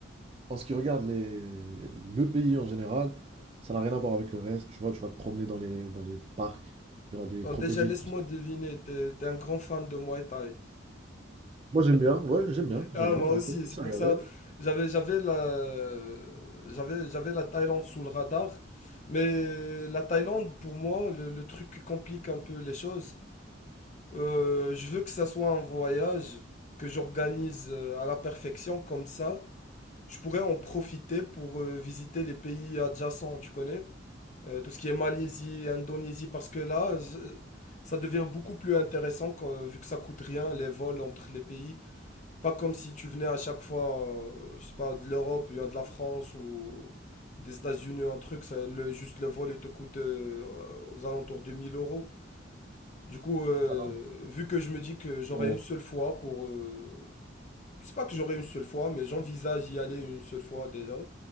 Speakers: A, on the right; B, on the left.
A: en ce qui regarde les- le pays en général, ça n'a rien à voir avec le reste. Tu vois, tu vas te promener dans les, dans les parcs, il y aura des
B: bon,
A: crocodiles.
B: déjà, laisse-moi deviner, t'es, t'es un grand fan de Muay Thai.
A: Moi, j'aime bien, ouais, j'aime bien,
B: Ah,
A: j'aime bien.
B: moi aussi,
A: J'ai commencé
B: c'est
A: à
B: pour
A: regarder.
B: ça. J'avais, j'avais la, j'avais, j'avais la Thaïlande sous le radar. Mais la Thaïlande, pour moi, le, le truc qui complique un peu les choses, euh, je veux que ça soit un voyage que j'organise euh, à la perfection, comme ça, je pourrais en profiter pour euh, visiter les pays adjacents, tu connais? Euh, tout ce qui est Malaisie, Indonésie, parce que là, je- ça devient beaucoup plus intéressant quand- vu que ça coûte rien, les vols entre les pays. Pas comme si tu venais à chaque fois, euh, je sais pas, de l'Europe, ou de la France ou des États-Unis, un truc, ça- le, juste le vol, il te coûte euh, aux alentours de 1000 euros. Du coup, euh,
A: Alors,
B: vu que je me dis que j'aurai
A: ouais.
B: une seule fois pour... euh, c'est pas que j'aurai une seule fois, mais j'envisage y aller une seule fois déjà.